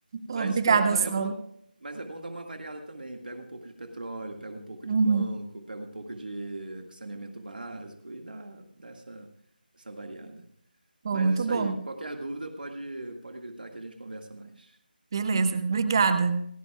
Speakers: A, on the right; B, on the right.
A: Obrigada,
B: Mas dá- dá-
A: Saulo.
B: é bom, mas é bom dar uma variada também. Pega um pouco de petróleo, pega um pouco de
A: Uhum.
B: banco, pega um pouco de saneamento básico e dá, dá essa, essa variada.
A: Pô,
B: Mas
A: muito
B: é isso
A: bom.
B: aí. Qualquer dúvida pode, pode gritar que a gente conversa mais.
A: Beleza. Obrigada.